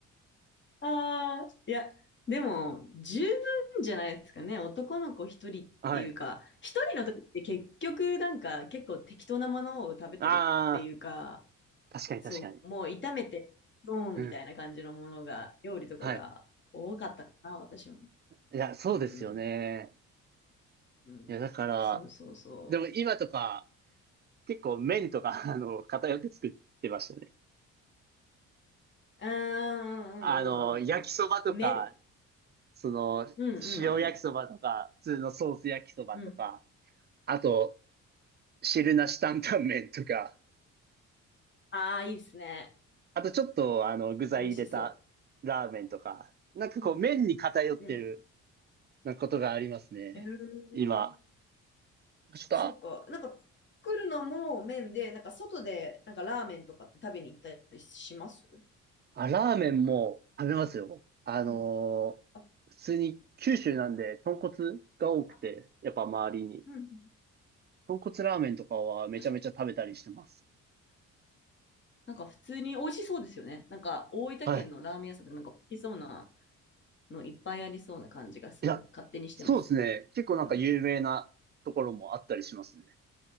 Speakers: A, on the left; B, on the right.
A: ああ、いや、でも、十分じゃないですかね。男の子一人っていうか、
B: はい。
A: 一人の時って結局なんか結構適当なものを食べてるっていうか、
B: ああ、確かに確かに。
A: そう、もう炒めて、ドーンみたいな感じのものが、
B: うん。
A: 料理とかが多かったかな、
B: はい。
A: 私も。
B: いや、そうですよね。
A: うん、うん。
B: いや、だから、
A: そうそうそ
B: でも今とか、結構麺とか、<laughs> あの、偏って作ってましたね。
A: う。うーん、
B: あの、焼きそばとか、
A: うん、うん、うん、うん。麺。
B: その、
A: うん、うん、
B: 塩焼きそばとか、
A: うん。
B: 普通のソース焼きそばとか、
A: うん。
B: あと、汁なし担々麺とか、
A: ああ、いいですね。
B: あとちょっと、あの、具材入れたラーメンとか、
A: 美味しそ
B: なんかこう、
A: う。うん、
B: 麺に偏ってる
A: うん。
B: なことがありますね。
A: うーん
B: 今。ちょっと
A: そうか。なんか作るのも麺で、なんか外でなんかラーメンとかって食べに行ったりします
B: あ、ラーメンも食べますよ。あの
A: うん。
B: ー普通に九州なんで豚骨が多くて、
A: あ、あ
B: やっぱ周りに。
A: うん。
B: 豚骨ラーメンとかはめちゃめちゃ食べたりしてます。
A: 確かに。なんか普通に美味しそうですよね。なんか大分県のラーメン屋さんとかなんか美味しそうな
B: はい。
A: のいっぱいありそうな感じがする。
B: いや、
A: 勝手にしてます。
B: そうですね。結構なんか有名なところもあったりしますね。
A: うん。